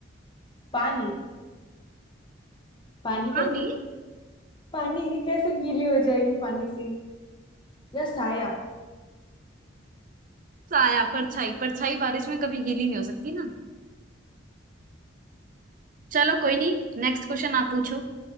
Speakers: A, on the left; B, on the right.
A: पानी पानी कैसे
B: पानी
A: पानी कैसे गीली हो जाएगी पानी से या साया
B: साया परछाई परछाई बारिश में कभी गीली नहीं हो सकती ना चलो कोई नहीं नेक्स्ट क्वेश्चन आप पूछो